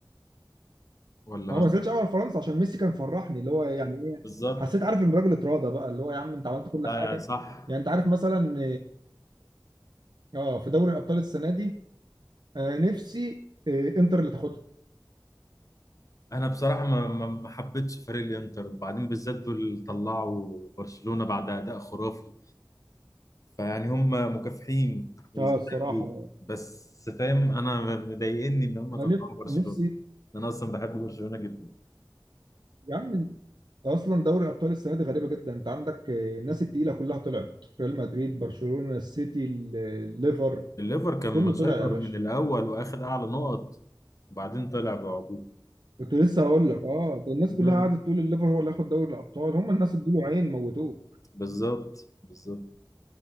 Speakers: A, on the left; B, on the right.
A: ولا
B: ما
A: ما
B: هو ما زعلتش قوي على فرنسا عشان ميسي كان فرحني اللي هو يعني ايه
A: بالظبط
B: حسيت عارف ان الراجل اتراضى بقى اللي هو يا عم انت عملت كل
A: لا
B: حاجه
A: يعني صح
B: يعني انت عارف مثلا اه اه في دوري الابطال السنه دي آه، نفسي آه، انتر اللي تاخدها
A: انا بصراحة ما ما ما حبيتش فريق الانتر وبعدين بالذات دول اللي طلعوا برشلونة بعد اداء خرافي فيعني هم مكافحين ويستاهلوا
B: اه الصراحة
A: بس فاهم انا مضايقني ان هم طلعوا
B: انا نف-
A: برشلونه
B: نفسي
A: انا اصلا بحب برشلونه جدا
B: يا عم انت اصلا دوري ابطال السنه دي غريبه جدا انت عندك آه، الناس التقيله كلها طلعت ريال مدريد برشلونه السيتي ال- الليفر
A: الليفر كان
B: كله
A: مسيطر
B: طلع يا باشا
A: من الاول واخد اعلى نقط وبعدين طلع بعجوبه
B: كنت لسه هقول لك اه ده الناس
A: مم.
B: كلها قعدت تقول الليفر هو اللي هياخد دوري الابطال هم الناس ادوا له عين موتوه
A: بالظبط بالظبط